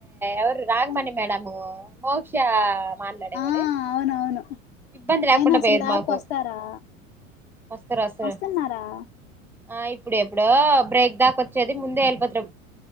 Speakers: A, in the centre; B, on the left.
A: ఎవరు రాఘమణి మేడము మోక్ష మాట్లాడేవాడు
B: ఆ అవునవును
A: ఇబ్బంది లేకుండా
B: అయినా అసలు
A: పోయేది
B: ల్యాబ్
A: మాకు
B: కి వస్తారా
A: వస్తారు వస్తారు
B: వస్తున్నారా
A: ఆ ఇప్పుడు ఎప్పుడు బ్రేక్ దాకా వచ్చేది ముందే వెళ్ళిపోతు